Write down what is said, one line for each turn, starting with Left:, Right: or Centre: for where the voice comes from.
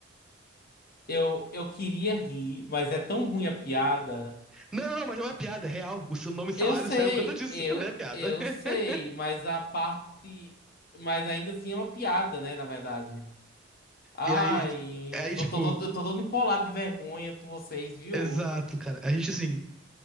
Left: Eu, eu queria rir, mas é tão ruim a piada.
Centre: Não, não, não, mas não é piada, é real. O seu nome salário
Left: Eu sei,
Centre: saiu por conta disso,
Left: eu,
Centre: <laughs> não é piada.
Left: eu
Centre: <laughs>
Left: sei, mas a parte. Mas ainda assim é uma piada, né, na verdade. Ai,
Centre: E aí, aí
Left: tô, tô,
Centre: tipo,
Left: tô, todo- eu tô todo empolado de vergonha por vocês, viu?
Centre: exato, cara. A gente assim.